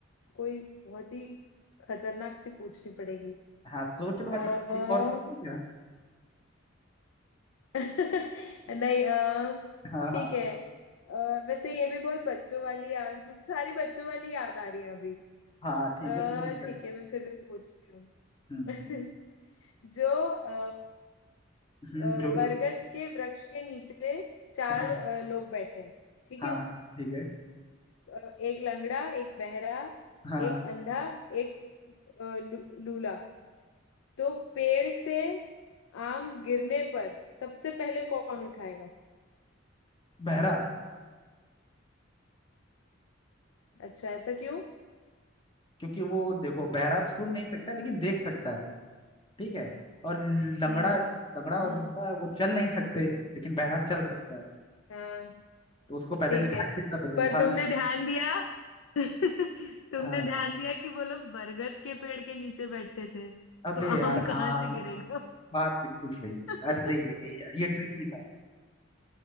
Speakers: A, on the left (about 80°); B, on the left (about 25°).
A: कोई बहुत ही खतरनाक सी पूछनी पड़ेगी
B: हाँ सोच लो
A: अ,
B: मैं तब तक एक और पूछूं क्या
A: <laughs> नहीं अ,
B: हाँ
A: ठीक
B: हाँ
A: है अ, वैसे ये भी बहुत बच्चों वाली यार मुझे सारी बच्चों वाली याद आ रही है अभी
B: हाँ
A: अ,
B: ठीक है कोई दिक्कत
A: ठीक है मैं फिर भी पूछती हूँ
B: हम्म
A: <laughs> जो अ,
B: हम्म,
A: अ,
B: जो
A: बरगद के वृक्ष के नीचे चार
B: हाँ
A: अ, लोग बैठे हैं ठीक
B: हाँ
A: है
B: ठीक है
A: अ, एक लंगड़ा एक बहरा
B: हाँ
A: एक अंधा एक अ, लू- लूला तो पेड़ से आम गिरने पर सबसे पहले कौन उठाएगा
B: बहरा
A: अच्छा ऐसा क्यों
B: क्योंकि वो देखो बहरा तो सुन नहीं सकता लेकिन देख सकता है ठीक है और लंगड़ा
A: हम्म
B: लंगड़ा
A: हम्म
B: और लूला है, वो चल नहीं सकते लेकिन बहरा चल सकता है
A: हाँ
B: तो उसको पहले
A: ठीक
B: दिखाई
A: है
B: देगा तो वो
A: पर
B: उठा
A: तुमने
B: लूगा
A: ध्यान दिया <laughs> तुमने
B: हाँ
A: ध्यान दिया कि वो लोग बरगद के पेड़ के नीचे बैठते थे
B: अबे
A: तो
B: यार
A: आम कहाँ
B: हाँ
A: से गिरेगा
B: बात बिल्कुल सही है।
A: <laughs>
B: अरे यार, ये ट्रिकी था